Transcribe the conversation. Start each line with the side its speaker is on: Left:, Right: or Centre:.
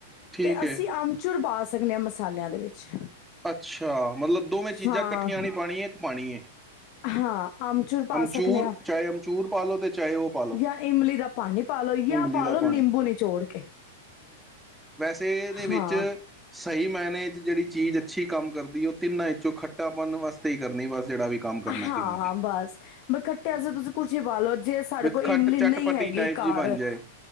Centre: ਠੀਕ
Left: ਤੇ ਅਸੀਂ
Centre: ਹੈ
Left: ਅਮਚੂਰ ਪਾ ਸਕਦੇ ਹਾਂ ਮਸਾਲਿਆਂ ਦੇ ਵਿੱਚ
Centre: ਅੱਛਾ ਮਤਲਬ ਦੋਵੇਂ ਚੀਜ਼ਾਂ
Left: ਹਾਂ
Centre: ਇਕੱਠੀਆਂ ਨਹੀਂ ਪਾਨੀਆ ਹੈ ਇੱਕ ਪਾਣੀ ਹੈ
Left: ਹਾਂ ਅਮਚੂਰ ਪਾ
Centre: ਅਮਚੂਰ
Left: ਸਕਦੇ ਹਾਂ
Centre: ਚਾਹੇ ਅਮਚੂਰ ਪਾ ਲਓ ਤੇ ਚਾਹੇ ਉਹ ਪਾ ਲਓ
Left: ਜਾਂ ਇਮਲੀ ਦਾ ਪਾਣੀ ਪਾ ਲਓ ਜਾਂ
Centre: ਇਮਲੀ
Left: ਪਾ
Centre: ਦਾ
Left: ਲਓ ਨਿੰਬੂ
Centre: ਪਾਣੀ
Left: ਨੀਚੋੜ ਕੇ
Centre: ਤੇ ਇਦੇ ਵਿੱਚ
Left: ਹਾਂ
Centre: ਸਹੀ ਮਾਇਨੇ ਚ ਜਿਹੜੀ ਚੀਜ਼ ਅੱਛੀ ਕੰਮ ਕਰਦੀ ਉਹ ਤਿੰਨਾਂ ਇੰਚੋਂ ਖੱਟਾਪਨ ਵਾਸਤੇ ਹੀ ਕਰਨੀ ਬਸ ਜਿਹੜਾ ਵੀ ਕੰਮ ਕਰਨਾ
Left: ਹਾਂ
Centre: ਤਿੰਨਾਂ ਚ
Left: ਬਸ ਬ ਖੱਟਿਆ ਸੀ ਤੁਸੀਂ ਕੁਛ ਹੀ ਪਾਲੋ ਜੇ ਸਾਡੇ
Centre: ਵਿਦ
Left: ਕੋਲ
Centre: ਖੱਟ
Left: ਇਮਲੀ
Centre: ਚਟਪਟੀ
Left: ਨਹੀਂ ਹੈਗੀ
Centre: ਟਾਈਪ ਜੀ
Left: ਘਰ
Centre: ਬਣ ਜਾਏ